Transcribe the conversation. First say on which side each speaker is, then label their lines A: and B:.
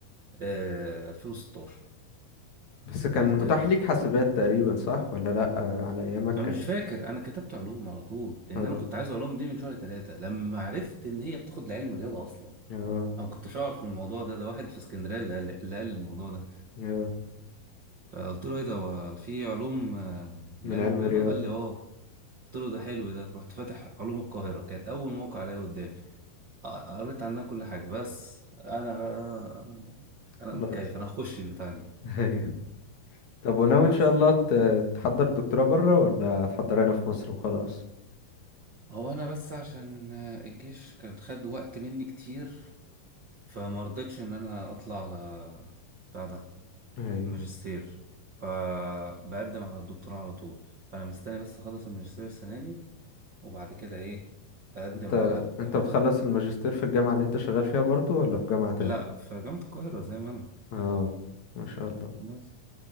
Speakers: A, on the right; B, on the left.
A: آه... 2016
B: بس كان
A: قلت
B: متاح ليك حاسبات تقريبا صح ولا لا آه. على ايامك
A: انا
B: كانت
A: مش فاكر انا كتبت علوم على طول لان
B: اه
A: انا كنت عايز علوم دي من شهر 3 لما عرفت ان هي بتاخد لعلم رياضه اصلا
B: اه
A: انا ما كنتش اعرف الموضوع ده ده واحد في اسكندريه اللي قال اللي قال الموضوع ده
B: اه
A: فقلت له ايه ده هو في علوم آه، لعلم
B: من علم
A: الرياضه
B: رياضي
A: قال لي اه قلت له ده حلو ده رحت فاتح علوم القاهرة كانت أول موقع الاقيه قدامي ق- قريت عنها كل حاجة بس أنا بقى أنا أنا
B: خلاص
A: متكيف أنا هخش البتاع دي
B: <laughs> ايوه طب وناوي
A: بس
B: ان شاء الله ت- تحضر دكتوراه بره ولا هتحضرها هنا في مصر وخلاص
A: هو أنا بس عشان آه، الجيش كان خد وقت مني كتير فما رضيتش إن أنا أطلع على بتاع ده
B: ايوه
A: الماجستير فبقدم على الدكتوراه على طول فأنا مستني بس أخلص الماجستير السنة دي وبعد كده إيه أقدم
B: انت
A: على ال...
B: انت بتخلص الماجستير في الجامعة اللي انت شغال فيها برضو ولا في جامعة تاني
A: لا في جامعة القاهرة زي ما أنا
B: اه ما شاء الله
A: بس